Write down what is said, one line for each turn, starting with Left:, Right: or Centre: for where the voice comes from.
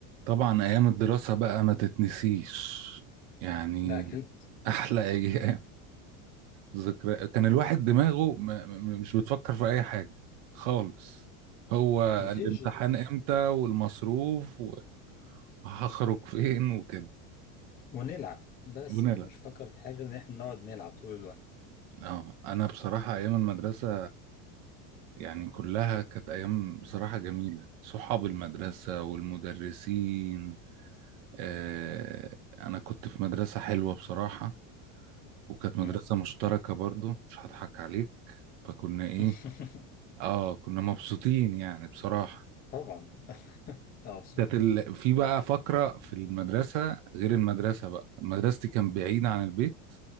Right: طبعا ايام الدراسة بقى ما تتنسيش يعني
Left: ده أكيد
Right: احلى ايام ذكرى كان الواحد دماغه ما ما- مش بتفكر في اي حاجة خالص هو
Left: مفيش
Right: الامتحان امتى والمصروف وهخرج فين وكده
Left: ونلعب بس
Right: ونلعب
Left: يعني مش فاكر في حاجة غير إن إحنا نقعد نلعب طول الوقت
Right: اه انا بصراحة ايام المدرسة يعني كلها كانت ايام بصراحة جميلة صحاب المدرسة والمدرسين آه انا كنت في مدرسة حلوة بصراحة وكانت مدرسة
Left: مم.
Right: مشتركة برضو مش هضحك عليك فكنا ايه
Left: <laughs>
Right: اه كنا مبسوطين يعني بصراحة
Left: طبعا أنت مبسوط
Right: كانت ال... في بقى فقرة في المدرسة غير المدرسة بقى مدرستي كان بعيدة عن البيت